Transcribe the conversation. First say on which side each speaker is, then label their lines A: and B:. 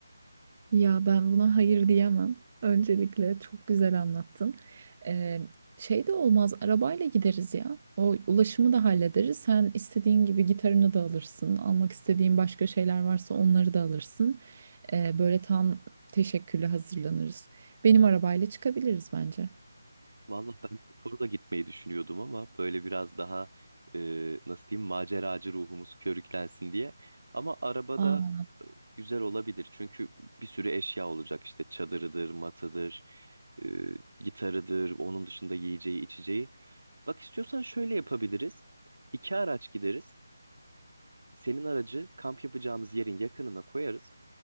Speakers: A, on the right; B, on the right.
A: Ya ben buna hayır diyemem. Öncelikle çok güzel anlattın. Ee, şey de olmaz, arabayla gideriz ya. O ulaşımı da hallederiz. Sen istediğin gibi gitarını da alırsın. Almak istediğin başka şeyler varsa onları da alırsın. Ee, böyle tam teşekküllü hazırlanırız. Benim arabayla çıkabiliriz bence.
B: Vallahi ben motorla gitmeyi düşünüyordum ama böyle biraz daha e, nasıl diyeyim maceracı ruhumuz körüklensin diye. Ama arabada
A: Aa.
B: e, güzel olabilir çünkü bir sürü eşya olacak işte çadırıdır, matıdır, e, gitarıdır, onun dışında yiyeceği, içeceği. Bak istiyorsan şöyle yapabiliriz. İki araç gideriz. Senin aracı kamp yapacağımız yerin yakınına koyarız.